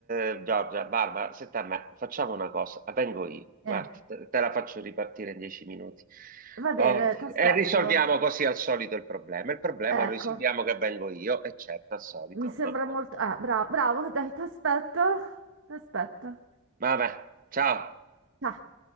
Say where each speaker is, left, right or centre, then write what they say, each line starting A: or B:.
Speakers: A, on the right; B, on the right.
A: eh,
B: qui.
A: Giorgia, Barbara, senta a me, facciamo una cosa, la vengo io, guarda,
B: Eh,
A: te, te la faccio ripartire in dieci minuti.
B: va bene,
A: Oh,
B: ti aspetto.
A: e risolviamo così al solito il problema. Il problema
B: Ecco,
A: lo risolviamo che vengo io, e certo, al solito,
B: mi sembra
A: vabbè.
B: molto... Ah, bravo, bravo, <laughs> dai, ti aspetto. Ti aspetto.
A: Vabbè, ciao.
B: Ciao.